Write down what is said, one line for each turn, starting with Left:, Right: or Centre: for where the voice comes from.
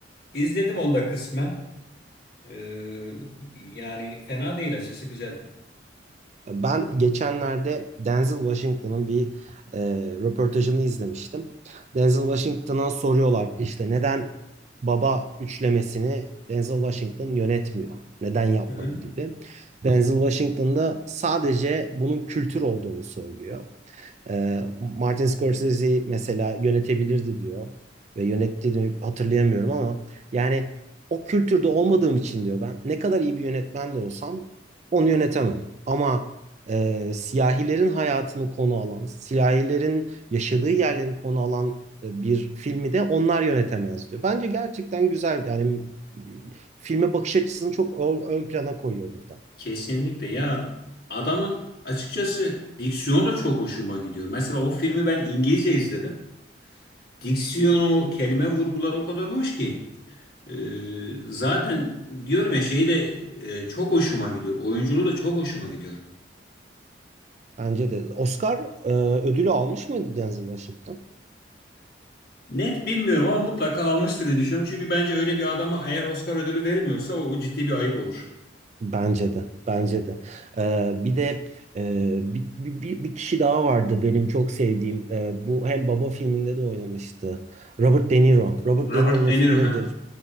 Left: İzledim onu da kısmen. E, yani fena değil açısı güzel film.
Right: Ben geçenlerde Denzel Washington'ın bir e, röportajını izlemiştim. Denzel Washington'a soruyorlar işte neden baba üçlemesini Denzel Washington yönetmiyor? Neden yapmadı
Left: Hı hı.
Right: gibi. Denzel Washington da sadece bunun kültür olduğunu söylüyor. Ee, Martin Scorsese mesela yönetebilirdi diyor ve yönetti de hatırlayamıyorum ama yani o kültürde olmadığım için diyor ben ne kadar iyi bir yönetmen de olsam onu yönetemem. Ama e, siyahilerin hayatını konu alan, siyahilerin yaşadığı yerleri konu alan e, bir filmi de onlar yönetemez diyor. Bence gerçekten güzel yani e, filme bakış açısını çok ö- ön plana koyuyor burada.
Left: Kesinlikle ya adamın açıkçası diksiyonu da çok hoşuma gidiyor. Mesela o filmi ben İngilizce izledim. Diksiyonu, kelime vurgular o kadar hoş ki. Ee, zaten diyorum ya şeyi de e, çok hoşuma gidiyor. Oyunculuğu da çok hoşuma gidiyor.
Right: Bence de. Oscar e, ödülü almış mıydı Denzel Washington?
Left: Net bilmiyorum ama mutlaka almıştır diye düşünüyorum. Çünkü bence öyle bir adama eğer Oscar ödülü verilmiyorsa o, o ciddi bir ayıp olur.
Right: Bence de, bence de. Ee, bir de e, bir, bir, bir bir kişi daha vardı benim çok sevdiğim. Ee, bu hem Baba filminde de oynamıştı. Robert De Niro. Robert
Left: Robert
Right: De Niro'nun
Left: De
Right: filmleri
Left: Niro ha.
Right: de,